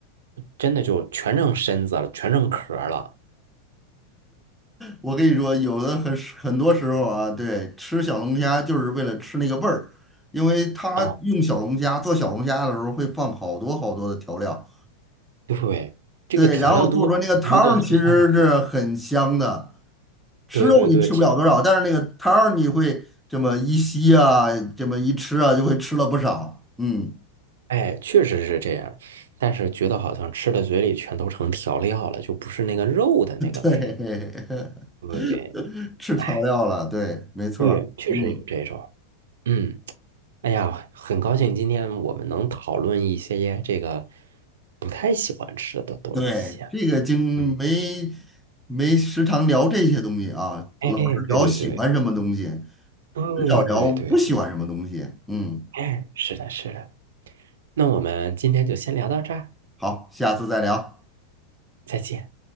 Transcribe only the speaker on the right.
真的就全剩身子了，全成壳儿了
啊！对，这个调料多，
我觉得就像是，
对对对，其实
哎，确实是这样，但是觉得好像吃的嘴里全都成调料了，就不是那个肉的那个味，
对对对？
哎，
对，确实有这种，嗯。哎呀，很高兴今天我们能讨论一些这个不太喜欢吃的东西。
嗯，
哎，
对对对，对对对对，
哎，是的，是的。那我们今天就先聊到这儿，
再见。